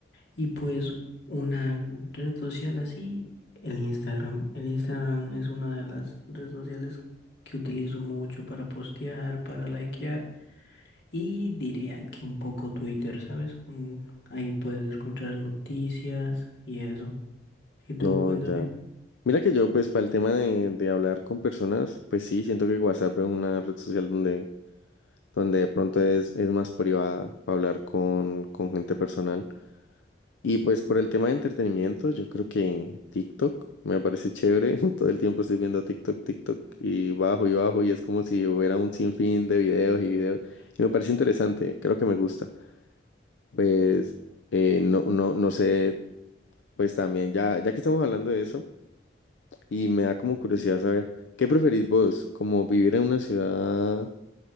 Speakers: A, on the left; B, on the left.
A: Y pues una red social así, el Instagram. El Instagram es una de las redes sociales que utilizo mucho para postear, para likear y diría que un poco Twitter, ¿sabes? Un- ahí puedes encontrar noticias y eso. Y tú
B: No,
A: cuéntame.
B: ya. Mira que yo, pues, para el tema de, de hablar con personas, pues sí, siento que WhatsApp es una red social donde, donde de pronto es, es más privada para hablar con, con gente personal. Y pues por el tema de entretenimiento, yo creo que TikTok me parece chévere. <laughs> Todo el tiempo estoy viendo TikTok, TikTok y bajo y bajo y es como si hubiera un sinfín de videos y videos. Y me parece interesante, creo que me gusta. Pues, eh, no, no, no sé, pues también, ya, ya que estamos hablando de eso. Y me da como curiosidad saber, ¿qué preferís vos? ¿Como vivir en una ciudad